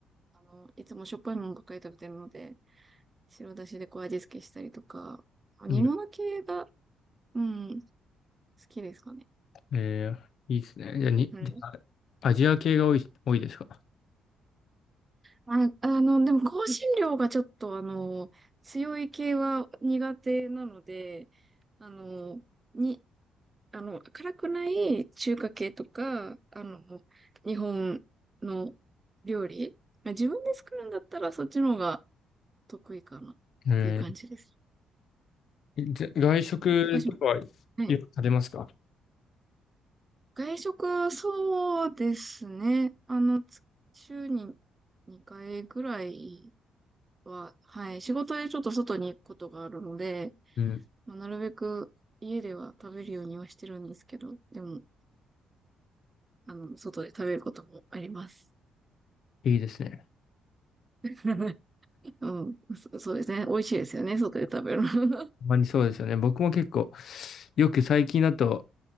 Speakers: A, on the right (about 25°); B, on the left (about 65°).
A: あの、いつもしょっぱいものばっかり食べてるので、白だしでこう味付けしたりとか、煮物系が、
B: ーいいよ
A: うん、好きですかね。
B: えーいいですね。じゃあ、に、
A: うん。
B: じゃあアジア系が多い、多いですか
A: あ、あの、でも香辛料がちょっとあの、強い系は苦手なので、あの、に、あの、辛くない中華系とか、あの、日本の料理、まあ自分で作るんだったらそっちの方が得意かなっていう感じです。
B: えーじゃ外食とかはよ
A: え、高島、はい。
B: く食べますか
A: 外食、そうですね。あの、つ週に2回ぐらいは、はい。仕事でちょっと外に行くことがあるので、
B: うん、
A: まあ、なるべく家では食べるようにはしてるんですけど、でも、あの、外で食べることもあります。
B: いいですね。
A: <laughs> うん、そ、そうですね。美味しいですよね。外で食べるの。
B: ほんまにそうですよね。僕も結構、よく最近だと